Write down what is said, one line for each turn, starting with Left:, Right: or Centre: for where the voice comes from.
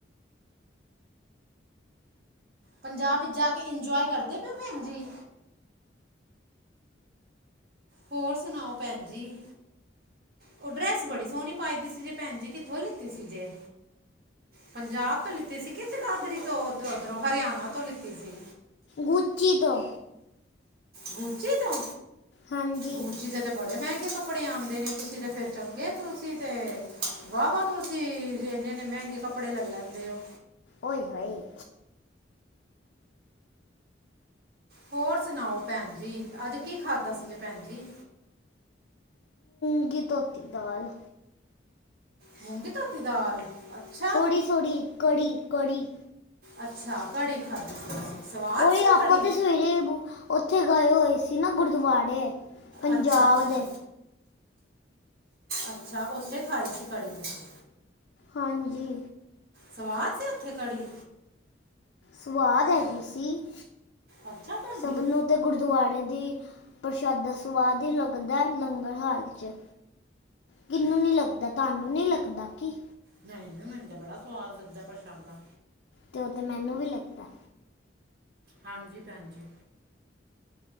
Right: ਪੰਜਾਬ ਵਿੱਚ ਜਾ ਕੇ ਇੰਜੋਏ ਕਰਦੇ ਪਏ ਓ ਭੈਣ ਜੀ? ਹੋਰ ਸੁਣਾਓ ਭੈਣ ਜੀ? ਉਹ ਡਰੈਸ ਬੜੀ ਸੋਹਣੀ ਪਾਈ ਦੀ ਸੀ ਜੇ ਭੈਣ ਜੀ ਕਿੱਥੋਂ ਲਿੱਤੀ ਸੀ ਜੇ? ਪੰਜਾਬ ਤੋਂ ਲਿੱਤੀ ਸੀ ਕਿ ਜਗਾਦਰੀ ਤੋਂ, ਉਧਰੋਂ ਹਰਿਆਣਾ ਤੋਂ ਲਿੱਤੀ ਸੀ।
Left: ਗੁੱਚੀ ਤੋਂ।
Right: ਗੂਚੀ ਤੋਂ,
Left: ਹਾਂਜੀ
Right: ਗੂਚੀ ਦਾ ਤੇ ਬੜੇ ਮਹਿੰਗੇ ਕੱਪੜੇ ਆਂਦੇ ਨੇ, ਤੁਸੀਂ ਤੇ ਫੇਰ ਚੰਗੇ ਤੁਸੀਂ ਤੇ ਵਾਹ-ਵਾਹ ਤੇ ਐਨੇ ਐਨੇ ਮਹਿੰਗੇ ਕੱਪੜੇ ਲੈ ਲੈਂਦੇ ਓ।
Left: ਓਏ-ਹਾਏ।
Right: ਹੋਰ ਸੁਣਾਓ ਭੈਣ ਜੀ, ਅੱਜ ਕੀ ਖਾਧਾ ਸੀਗੇ ਭੈਣ ਜੀ?
Left: ਮੂੰਗੀ-ਧੋਤੀ ਦਾਲ।
Right: ਮੂੰਗੀ-ਧੋਤੀ ਦਾਲ? ਅੱਛਾ
Left: ਸੋੜੀ-ਸੋੜੀ, ਕੜੀ-ਕੜੀ।
Right: ਅੱਛਾ, ਕੜੀ ਖਾਧੀ ਸੀ ਤੁਸੀਂ, ਸਵਾਦ
Left: ਓਏ
Right: ਸੀ
Left: ਆਪਾਂ
Right: ਕੜੀ?
Left: ਤੇ ਸਵੇਰੇ ਬੁ ਉੱਥੇ ਗਏ ਹੋਏ ਸੀ ਨਾ ਗੁਰਦੁਆਰੇ। ਪੰਜਾਬ
Right: ਅੱਛਾ ਅੱਛਾ।
Left: ਦੇ
Right: ਅੱਛਾ, ਉਥੇ ਖਾਈ ਸੀ ਕੜੀ ਤੁਸੀਂ?
Left: ਹਾਂਜੀ।
Right: ਸਵਾਦ ਸੀ ਉਥੇ ਕੜੀ?
Left: ਸਵਾਦ ਹੈਗੀ ਸੀ,
Right: ਅੱਛਾ ਭੈਣ
Left: ਸਭ
Right: ਜੀ
Left: ਨੂੰ ਤੇ ਗੁਰਦੁਆਰੇ ਦੀ ਪ੍ਰਸ਼ਾਦਾ ਸਵਾਦ ਹੀ ਲੱਗਦਾ ਲੰਗਰ ਹਾਲ ਚ। ਕਿਹਨੂੰ ਨੀ ਲੱਗਦਾ, ਤੁਹਾਨੂੰ ਨੀ ਲੱਗਦਾ ਕੀ।
Right: ਨਹੀਂ, ਨਹੀਂ ਮੈਨੂੰ ਤੇ ਬੜਾ ਸਵਾਦ ਲੱਗਦਾ ਪ੍ਰਸ਼ਾਦਾ‌।
Left: ਤੇ ਉਹ ਤੈ ਮੈਨੂੰ ਵੀ ਲੱਗਦਾ।
Right: ਹਾਂਜੀ, ਭੈਣ ਜੀ।